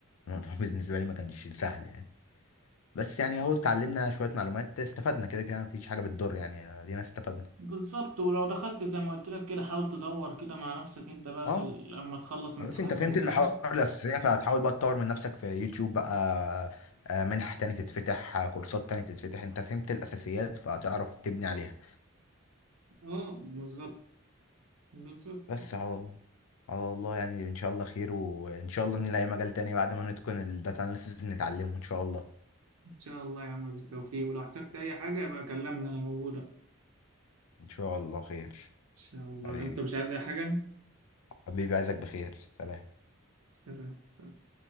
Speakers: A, on the left (about 75°); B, on the right (about 90°).
A: الموضوع <laughs> بالنسبة لي ما كانش سهل يعني بس يعني
B: مم.
A: اهو اتعلمنا شوية معلومات استفدنا كده كده مفيش حاجة بتضر يعني ادينا استفدنا
B: بالظبط ولو دخلت زي ما قلت لك كده حاول تدور كده مع نفسك أنت بقى في
A: اه
B: ال- لما تخلص امتحانات
A: خلاص انت فهمت
B: ولا حاجة
A: المحاور الأساسية فهتحاول بقى تطور من نفسك في يوتيوب بقى آه، منح تاني تتفتح آه، كورسات تاني تتفتح انت فهمت الأساسيات فهتعرف تبني عليها
B: أه بالظبط بالظبط
A: بس على على الله يعني ان شاء الله خير وان شاء الله نلاقي مجال تاني بعد ما نتقن الداتا اناليسيز نتعلمه ان شاء الله
B: إن شاء الله يا عم بالتوفيق ولو احتجت أي حاجة يبقى كلمني أنا موجودة إن
A: ان شاء الله خير
B: شاء الله
A: حبيبي
B: أنت مش عايز أي حاجة؟
A: حبيبي عايزك بخير سلام
B: سلام سلام